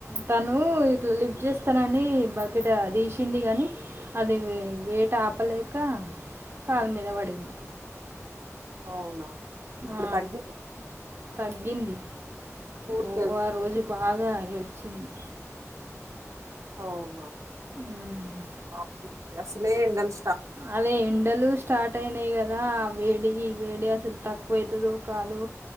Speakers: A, on the right; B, on the right.
A: తను ఇట్లా లిఫ్ట్ చేస్తానని బకెట్ తీసింది గాని ఆది వైట్ ఆపలేక కాలు మీద పడింది
B: అవునా ఇప్పుడు
A: ఆ
B: తగ్గిందా
A: తగ్గింది
B: స్కూలుకెళ్తు
A: ఓ ఆ రోజు బాగా ఏడ్చింది
B: అవునా
A: ఉమ్.
B: అవును అసలే ఎండల్
A: అదే ఎండలు స్టార్ట్ అయినాయి కదా వేడి వేడి అసలు తక్కువ అయితదో కాదో